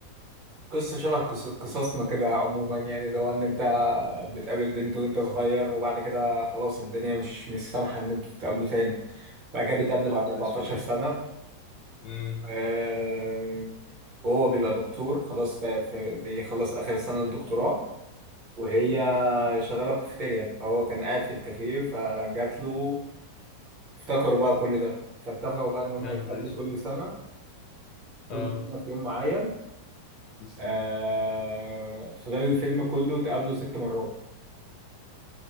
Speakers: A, on the right; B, on the left.
A: قصة شبه قص- قصصنا كده عموما يعني لو إن أنت بتقابل بنت وأنت صغير وبعد كده خلاص الدنيا مش مش سامحة إن أنتوا تتقابلوا تاني بعد كده بيتقابلوا
B: يا
A: بعد
B: نهار
A: 14
B: اسود
A: سنة
B: امم
A: آه، وهو بيبقى دكتور خلاص في في- بيخلص آخر سنة الدكتوراه وهي شغالة كافيتيريا فهو كان قاعد في الكافيه فجات له افتكروا بقى كل ده فاتفقوا بقى إن هم
B: يا
A: يتقابلوا
B: نهار اسود
A: كل سنة كل
B: اه
A: سنة في يوم معين
B: لسه
A: آه، خلال الفيلم كله اتقابلوا ست مرات